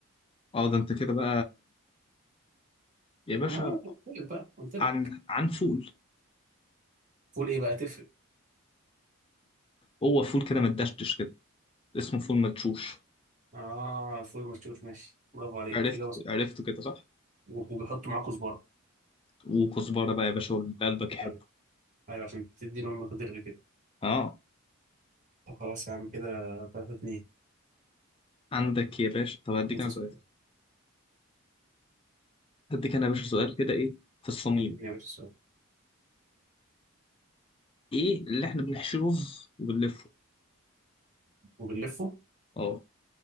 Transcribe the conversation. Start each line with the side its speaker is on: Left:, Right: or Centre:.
Left: اه ده انت كده بقى يا باشا
Right: اه قلت لك بقى قلت لك
Left: عن عن فول
Right: فول ايه بقى تفرق
Left: هو فول كده متدشتش كده اسمه فول مدشوش
Right: اه فول مشوش ماشي برافو عليك
Left: عرفت
Right: اجابه صح
Left: عرفته كده صح
Right: و- وبيحطوا معاه كزبره
Left: وكزبرة بقى يا باشا واللي قلبك يحبه
Right: ايوه أيوة، عشان تدي لهم مقدار كده
Left: اه
Right: طب خلاص يا عم كده 3 2
Left: عندك يا باشا طب هديك
Right: انت
Left: انا
Right: سؤال
Left: سؤال هديك انا يا باشا سؤال كده ايه في الصميم
Right: انت يا باشا سؤال
Left: ايه اللي احنا بنحشي رز وبنلفه
Right: وبنلفه
Left: اه